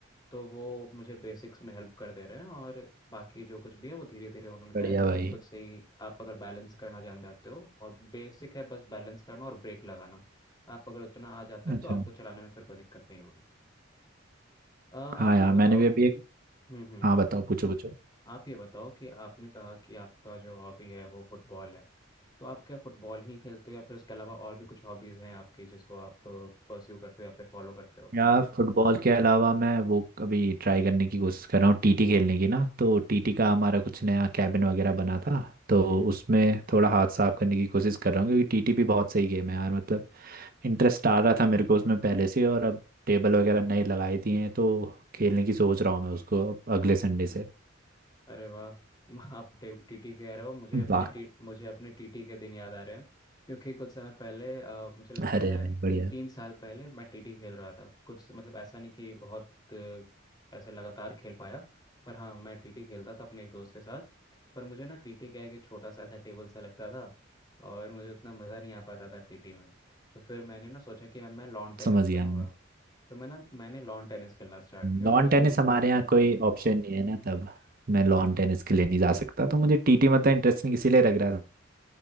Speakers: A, on the left; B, on the right.
A: तो वो मुझे बेसिक्स में हेल्प कर दे रहे हैं और बाकी जो कुछ भी है वो धीरे धीरे उन्होंने कहा
B: बढ़िया
A: है कि
B: भाई
A: खुद से ही आप अगर बैलेंस करना जान जाते हो और बेसिक है बस बैलेंस करना और ब्रेक लगाना आप अगर उतना आ जाता है
B: अच्छा
A: तो आपको चलाने में फिर कोई दिक्कत नहीं होगी अ, आप
B: हाँ यार
A: ये बताओ
B: मैंने भी अभी एक
A: हम्म हम्म
B: हाँ बताओ पूछो पूछो
A: आप ये बताओ कि आपने कहा कि आपका जो हॉबी है वो फुटबॉल है तो आप क्या फुटबॉल ही खेलते हो या फिर उसके अलावा और भी कुछ हॉबीज़ हैं आपकी जिसको आप परस्यू करते हो या फिर फॉलो करते हो
B: यार फुटबॉल के अलावा मैं वो अभी ट्राई करने की कोशिश कर रहा हूँ टीटी खेलने की ना तो टीटी का हमारा कुछ नया कैबिन वगैरह बना था तो उसमें थोड़ा हाथ साफ करने की कोशिश कर रहा हूँ क्योंकि टीटी भी बहुत सही गेम है यार मतलब इंटरेस्ट आ रहा था मेरे को उसमें पहले से और अब टेबल वगैरह नई लगाई दी हैं तो खेलने की सोच रहा हूँ मैं उसको अब अगले संडे से
A: अरे वाह <laughs> आप टीटी कह रहे हो मुझे अपने
B: वाह
A: टी मुझे अपने टीटी के दिन याद आ रहे हैं क्योंकि कुछ समय पहले अ, मुझे लगता
B: अरे
A: है
B: भाई बढ़िया
A: तीन साल पहले मैं टीटी खेल रहा था कुछ मतलब ऐसा नहीं कि बहुत अ, ऐसे लगातार खेल पाया पर हाँ मैं टीटी खेलता था अपने एक दोस्त के साथ पर मुझे ना टीटी क्या है कि छोटा सा ऐसा टेबल सा लगता था और मुझे उतना मज़ा नहीं आ पाता था टीटी में तो फिर मैंने ना सोचा कि अब मैं लॉन टेनिस
B: समझ
A: खेलूंगा
B: गया
A: तो मैं ना मैंने लॉन टेनिस खेलना स्टार्ट किया
B: लॉन
A: और मुझे
B: टेनिस हमारे यहाँ कोई ऑप्शन नहीं है ना तब मैं लॉन टेनिस के लिए नहीं जा सकता तो मुझे टीटी मतलब इंटरेस्टिंग इसीलिए लग रहा